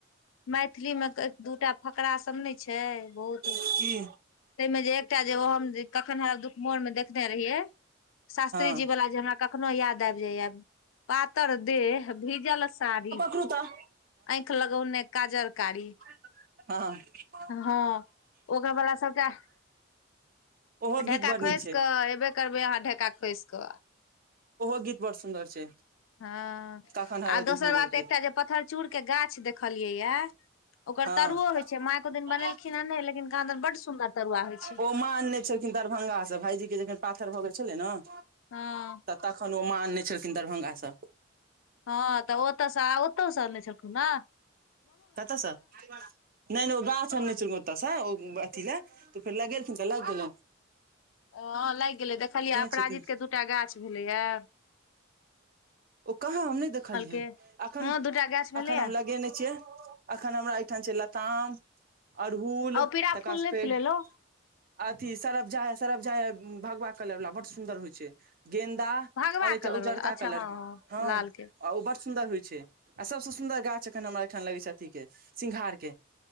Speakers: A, on the left (about 70°); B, on the right (about 45°).
A: मैथिली मे दूटा फकरास सभ नहि छै बहुत
B: की
A: ताहिमे जे एकटा जे ओ हम कखन हमरा दुख फोनमे देखने रहियै शास्त्री
B: हँ
A: जी वाला जे हमरा कखनो याद आबि जाइय पातर देह भिजलऽ साड़ी
B: कता <unintelligible>
A: आँंख लग ने काजर काली
B: ह
A: ह ओकरा वाला सभके
B: ओहो
A: ढका
B: गीत बड़ नीक
A: खोस
B: छै
A: कऽ ए करबै अहाँ ढका खोसि क
B: ओहो गीत बड़ सुन्दर छै।
A: हँ
B: कखन हरौ
A: आ दोसर
B: दुख मोर
A: बात एकटा
B: के
A: जे पत्थरचूड़ के गाछ देखलियै या ओकर
B: हँ
A: तरुओ होय छै माँ एको दिन बनेलखिन हे नाय कहादिन बड सुन्दर तरुआ होइ छै
B: ओ मा छलखिन दरभंगा से भाईजी के जखन पाथर भऽ गेल छलै नय
A: ह
B: तखन ओ माँ आने छलखिन दरभंगासँ
A: हैं तऽ ओतसँ ओतहु अने छलखुनह
B: कतसँ नहि नहि ओ गाछ आर नहि ओतऽसँ अथी ले त फेर लगेलथिन तऽ लग गेल
A: हैं लागि गेलै देखलियै अपराजित
B: छथिन
A: के दूटा गाछ भेलैएा
B: ओ कहाँ हम नहि देखलियै
A: के
B: अखन
A: हँ दूटा गाछ भेलैया
B: अखन हम लगेने छी छिये एखन हमरा एहिठाम छै लताम अड़हुल
A: आ ओ
B: तकर
A: पीरा फूल
B: बाद
A: नहि
B: फेर
A: फुलेलौ
B: अथी सरफ जा सरफ जा भगवा कलर वाला बड सुंन्दर होय छै गेन्दा
A: भगवा
B: ओर
A: कलर
B: छै उजरका
A: वाला अच्छा
B: कलर
A: हँ
B: के हँ
A: लाल के
B: आ ओ बड़ सुन्दर होइ छै आ सभसँ सुन्दर गाछ एखन हमरा ओहिठाम लगै छै अथी के सिंघार के